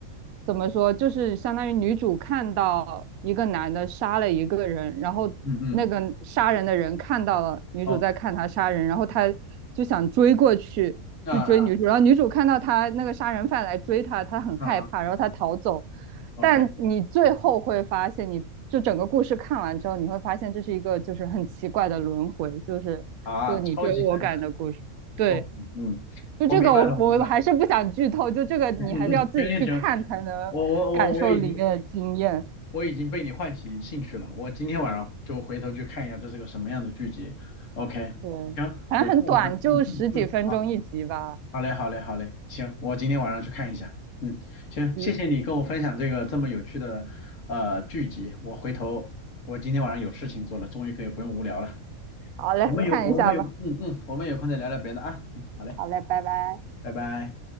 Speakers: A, on the right; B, on the left.
A: 怎么说，就是相当于女主看到一个男的杀了一个人，然后那个杀人的人看到了女主在看他杀人，
B: 嗯嗯，OK，
A: 然后他就想追过去去追女主，
B: 那啊
A: 然后女主看到他那个杀人犯来追她，她很害怕，
B: 啊啊
A: 然后她逃走。
B: ，OK，
A: 但你最后会发现，你就整个故事看完之后，你会发现这是一个就是很奇怪的轮回，就是这个你追我赶的故事。
B: 啊，超级反转，
A: 对，
B: o k 嗯，
A: 就这个我我还是不想剧透，
B: 我明白了，我明白了，
A: 就这个你还是要自己去看才能感受里面的经验。
B: 嗯嗯，嗯行行行，我我我我已经我已经被你唤起兴趣了，我今天晚上就回头去看一下这是个什么样的剧集，OK，
A: 对，
B: 行，
A: 反正很短，
B: 有空我们嗯嗯嗯，
A: 就十几分钟一集吧。
B: 好。好嘞，好嘞，好嘞，行，我今天晚上去看一下。嗯，行，
A: 集，
B: 谢谢你跟我分享这个这么有趣的呃剧集，我回头我今天晚上有事情做了，终于可以不用无聊了。
A: 好嘞，
B: 我们有我们有嗯嗯，
A: 看一下吧。
B: 我们有空再聊聊别的啊。嗯，好嘞，
A: 好嘞，拜拜。
B: 拜拜。